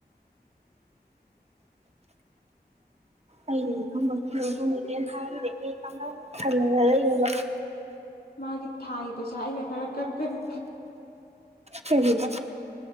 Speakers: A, on the left; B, on the right.
A: <inaudible>
B: ꯑꯩꯩꯅꯨꯝꯕꯜꯒꯨꯝꯒꯦꯅ ꯍꯥꯏꯔꯗꯤ ꯑꯩ ꯀ ꯈꯜꯂꯒ ꯂꯩꯌꯦꯕ <inaudible>
A: ꯃꯥꯒꯤ ꯊꯥꯒꯤ ꯄꯩꯁꯥ ꯑꯩꯅ ꯈꯔ ꯀꯛꯀꯅꯤ
B: ꯀꯔꯤꯕ